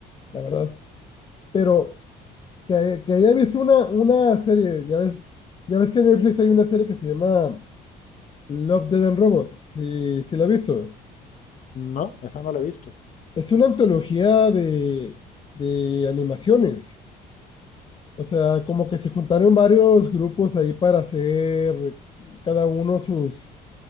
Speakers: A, on the left; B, on the left.
A: la verdad. Pero que, que haya visto una, una serie, ya ves, ya ves que en Netflix hay una serie que se llama Love, Dead and Robots, si, si la has visto.
B: No, esa no la he visto.
A: Es una antología de, de animaciones. O sea, como que se juntaron varios grupos ahí para hacer cada uno sus